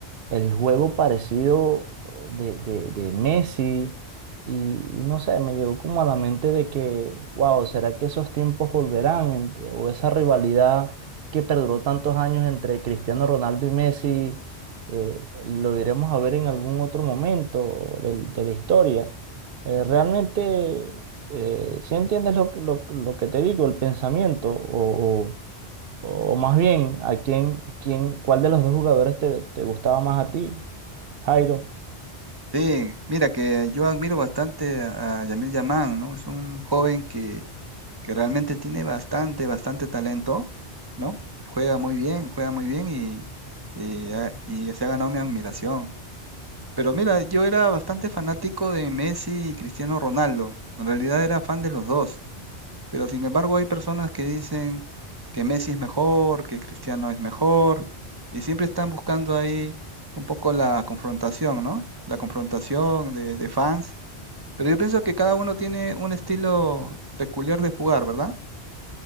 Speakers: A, on the right; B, on the right.
A: el juego parecido de, de, de Messi y y no sé, me llegó como a la mente de que, wow, ¿será que esos tiempos volverán? Ent- O esa rivalidad que perduró tantos años entre Cristiano Ronaldo y Messi, eh, lo iremos a ver en algún otro momento del- de, la historia. Eh, realmente, si entiendes lo, lo, lo que te digo, el pensamiento o o- o más bien, ¿a quién, quién, cuál de los dos jugadores te, te gustaba más a ti, Jairo?
B: Sí, mira que yo admiro bastante a a Yamil Yamán, ¿no? Es un joven que, que realmente tiene bastante, bastante talento, ¿no? Juega muy bien, juega muy bien y, y, ha- y se ha ganado mi admiración. Pero mira, yo era bastante fanático de Messi y Cristiano Ronaldo. En realidad era fan de los dos. Pero sin embargo hay personas que dicen que Messi es mejor, que Cristiano es mejor, y siempre están buscando ahí un poco la confrontación, ¿no? La confrontación de, de fans. Pero yo pienso que cada uno tiene un estilo peculiar de jugar, ¿verdad?